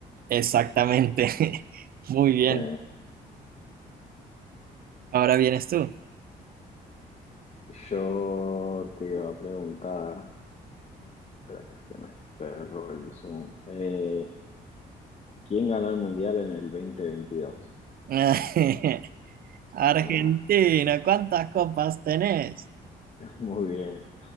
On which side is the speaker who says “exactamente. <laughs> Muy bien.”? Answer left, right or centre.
Right